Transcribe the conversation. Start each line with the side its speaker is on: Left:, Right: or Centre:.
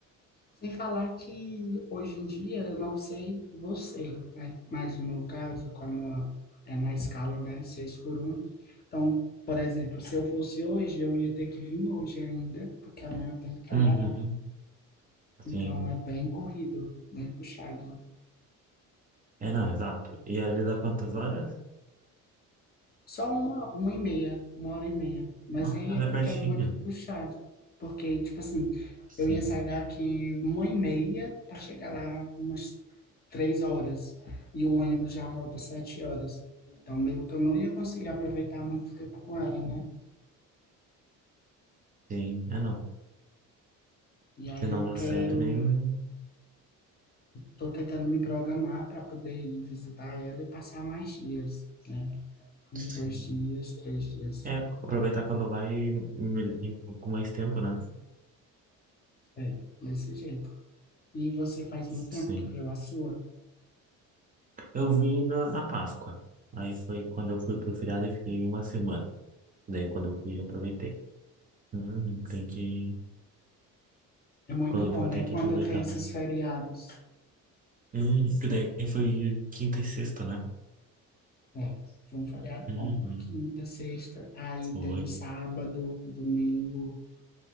Left: Sem falar que hoje em dia, eu não sei você, né? Mas no meu caso, como é na escala, né? Seis por um. Então, por exemplo, se eu fosse hoje, eu ia ter que vir hoje ainda, porque amanhã eu tenho que trabalhar.
Right: Uhum, sim.
Left: Então, é bem corrido, bem puxado.
Right: É, não, exato. E ali dá quantas horas?
Left: Só uma, uma e meia, uma hora e meia. Mas
Right: Ah,
Left: aí
Right: mas
Left: é porque
Right: é pertinho.
Left: é muito puxado. Porque, tipo assim,
Right: Sim,
Left: eu ia sair daqui uma e meia para chegar lá umas três horas. E o ônibus já volta às sete horas. Então, meio que eu não ia conseguir aproveitar muito tempo com ela, né?
Right: sim. É, não.
Left: E aí
Right: Se não
Left: eu
Right: dá
Left: quero,
Right: certo, nem...
Left: tô tentando me programar para poder ir visitar ela e passar mais dias, né? Uns
Right: Sim.
Left: dois dias, três dias.
Right: É, aproveitar quando vai mel- em- com mais tempo, né?
Left: É, desse jeito. E você faz
Right: Sim.
Left: muito tempo que viu a sua?
Right: Eu vi na, na Páscoa. Aí foi quando eu fui pro feriado e fiquei uma semana. Daí quando eu fui, eu aproveitei. Uhum, tem que...
Left: É muito
Right: Quando
Left: bom,
Right: eu for,
Left: né?
Right: tem
Left: Quando
Right: que aproveitar,
Left: tem
Right: né?
Left: esses feriados.
Right: Hum, que daí foi quinta e sexta, né?
Left: É, foi um feriado
Right: Uhum,
Left: bom. Quinta, sexta, aí
Right: foi.
Left: tem um sábado, um domingo.